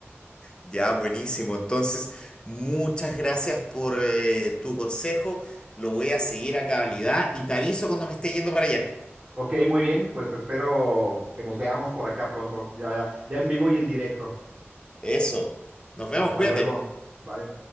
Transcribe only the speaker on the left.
Ya, buenísimo. Entonces, muchas gracias por eh, tu consejo. Lo voy a seguir a cabalidad y te aviso cuando me esté yendo para allá.
Eso. Nos vemos,
cuídate.